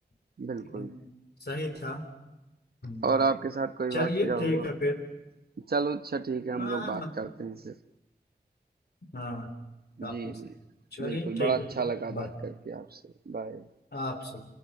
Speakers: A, on the left (about 70°); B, on the right (about 65°).
A: लेकिन
B: बिल्कुल
A: सही था हम्म,
B: और आपके साथ कोई
A: चलिए
B: वाकया
A: ठीक
B: हुआ
A: है फिर
B: चलो अच्छा ठीक है हम
A: हाँ
B: लोग बात
A: मतलब
B: करते हैं फिर
A: हाँ
B: जी
A: काफी
B: जी
A: समय। चलिए
B: बिल्कुल
A: ठीक
B: बड़ा अच्छा
A: है फिर
B: लगा
A: बाय
B: बात करके आपसे बाय
A: आपसे